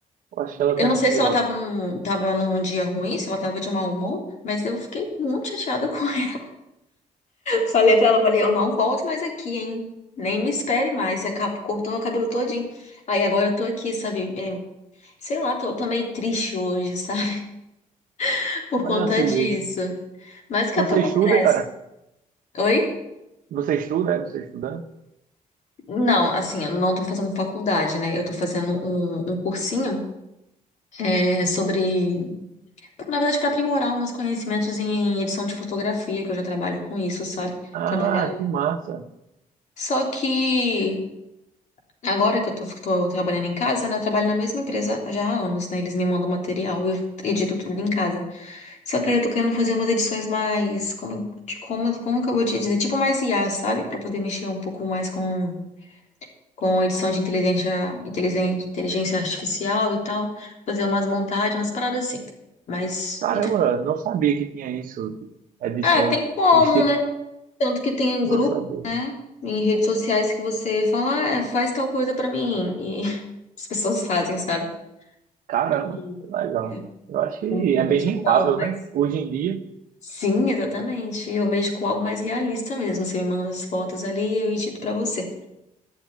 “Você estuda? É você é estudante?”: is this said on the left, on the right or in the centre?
Right